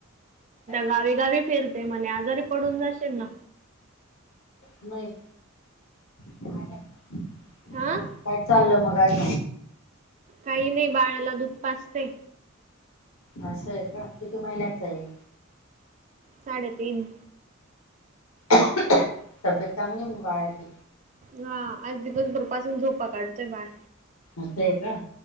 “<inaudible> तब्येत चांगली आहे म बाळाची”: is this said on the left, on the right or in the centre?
Left